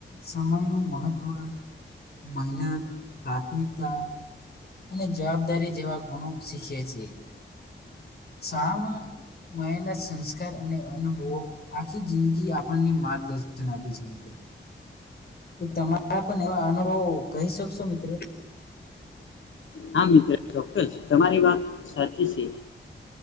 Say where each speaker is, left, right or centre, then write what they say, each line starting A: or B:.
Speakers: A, on the left; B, on the left.
A: સમયનું. મહત્વ મહિલા પ્રાથમિકતા. અને જવાબદારી જેવા ગુણો શીખીએ છીએ શાળામાં મળલા સંસ્કાર અને અનુભવો આખી જિંદગી આપણને માર્ગદર્શન આપે છે મિત્રો તો તમારા પણ એવા અનુભવો કહી શકશો મિત્ર.
B: હા મિત્ર ચોક્કસ તમારી વાત સાચી છે